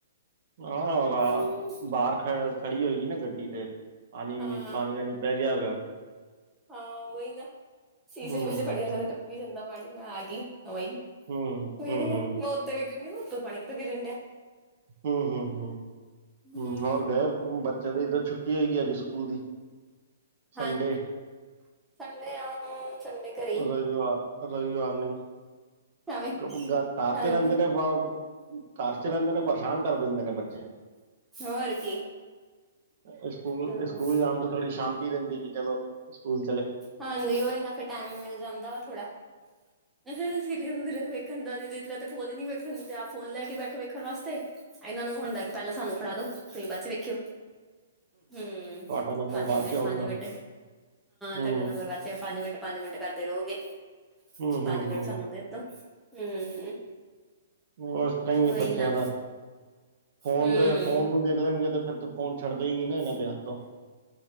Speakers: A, on the right; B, in the centre.
A: ਹਾਂ ਬਾ-ਬਾਹਰ
B: ਹੂੰ
A: ਖੜ-ਖੜੀ ਹੋਏਗੀ ਨਾ। ਗੱਡੀ ਤੇ, ਪਾਣੀ
B: ਹਾਂ
A: ਵੀ ਪਾਣੀ ਨ ਪੈ ਗਿਆ <unintelligible>
B: ਹਾਂ ਬਹੀ ਨਾ, ਸ਼ੀਸ਼ੇ
A: ਹੂੰ
B: ਸ਼ੁਸ਼ੇ ਖੜੇ ਜਾਂਦਾ ਤੇ ਟੱਪੀ ਜਾਂਦਾ ਪਾਣੀ ਮੈਂ ਆ ਵਾ
A: ਹੂੰ
B: ਮੈਂ
A: ਹੂੰ ਹੂੰ
B: ਉੱਤੇ ਵੇਖਣ ਡ ਉੱਤੋਂ ਪਾਣੀ ਕਿਤੇ ਗਿਰਨ ਡਿਆ।
A: ਹੁੰ ਹੁੰ ਹੁੰ
B: ਹਮ
A: ਹੁੰ ਹੋਰ ਗਏ ਬ ਚਲੋ ਈਦੀ ਛੁੱਟੀ ਹੋਏਗੀ ਹੈ ਨੀ ਸਕੂਲ ਦੀ ਸੰਡੇ
B: ਹਾਂਜੀ ਸੰਡੇ ਆ ਸੰਡੇ ਘਰੇ ਹੀ
A: ਰਵਿਵਾਰ ਰਵਿਵਾਰ ਨੂੰ
B: ਆਵੇ
A: ਘ-ਘ-ਘਰ
B: ਹਾਂਜੀ
A: ਚ ਰਹਿੰਦੇ ਨੇ ਵ, ਘਰ ਚ ਰਹਿੰਦੇ ਨੇ ਪਰੇਸ਼ਾਨ ਕਰ ਦਿੰਦੇ ਨੇ ਬੱਚੇ।
B: ਹੋਰ ਕੀ।
A: ਏ ਸਕੂਲ
B: ਹਾਂ
A: ਏ ਸਕੂਲ ਜਾਣ ਤੋਂ ਥੋੜ੍ਹੀ ਸ਼ਾਂਤੀ ਰਹਿੰਦੀ ਕਿ ਚਲੋ ਸਕੂਲ
B: ਹਾਂਜੀ ਉਹਹੀ ਨਾ ਫਿਰ ਟੈਮ ਮਿਲ ਜਾਂਦਾ ਵਾ ਥੋੜਾ ਸੀਰੀਲ ਵਖ ਵੇਖਣ ਦਾਦੀ ਦੀ ਤਰਾਂ ਤੇ ਫੋਨ ਹੀ ਵੇਖਣ ਆ ਫੋਨ ਲੈ ਬੈਠੋ ਵੇਖਣ ਵਾਸਤੇ ਇਹਨਾਂ ਨੂੰ ਹੁੰਦਾ ਕਿ ਪਹਿਲਾਂ ਸਾਨੂੰ ਫੜਾ ਦੋ ਤੁਸੀਂ ਬਾਦ ਚ ਵੇਖਿਓ ਹੂੰ
A: ਤੁਹਾਡਾ ਨੰਬਰ
B: ਪੰਜ
A: ਬਾਅਦ
B: ਮਿੰਟ
A: ਚ ਆਊਗਾ
B: ਪੰਜ ਮਿੰਟ ਹੂੰ
A: ਹੂੰ
B: ਤੁਹਾਡਾ ਨੰਬਰ ਵਾਚੇ ਪੰਜ ਮਿੰਟ ਪੰਜ ਮਿੰਟ ਕਰਦੇ ਰਹੋਗੇ।
A: ਹੂੰ
B: ਪੰਜ
A: ਹੂੰ
B: ਮਿੰਟ
A: ਹੂੰ
B: ਸਾਨੂੰ ਦੇ ਤੋ ਹੂੰ,
A: ਹ ਇਸ ਤਰ੍ਹਾਂ ਹੀ ਹੈ
B: ਉਹੀ
A: ਬੱਚਿਆਂ
B: ਨਾ
A: ਦਾ ਫੋਨ
B: ਹੂੰ।
A: ਤੇ ਫੋਨ ਨੂੰ ਦੇਖ ਲੈਣਗੇ ਫਿਰ ਫੋਨ ਛੱਡਦਾ ਹੀ ਨੀ ਨਾ ਇਹਨਾਂ
B: ਹੂਸ਼
A: ਦੇ ਹੱਥੋਂ